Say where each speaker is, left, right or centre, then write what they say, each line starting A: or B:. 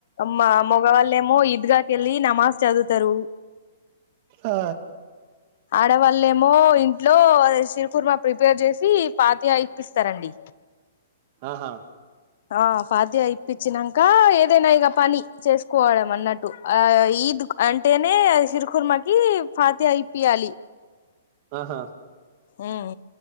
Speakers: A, on the left (about 60°); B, on the right (about 40°).
A: మా మగవాళ్ళేమో ఈద్గాకేళ్ళి నమాజ్ చదువుతరు
B: ఆ
A: డ వళ్ళేమో ఇంట్లో చిరుకుర్మ ప్రిపేర్ చేసి పాతియ ఇప్పిస్తారండి
B: ఆహా
A: ఆ ఫాతయ ఇప్పిచ్చినంక క ఏదైనా ఇగ పని చేసుకోవడం అన్నట్టు ఆ ఈద్ అంటేనే సిరుకుర్మకి ఫాతయ ఇప్పియాలి
B: ఆహా
A: ఉమ్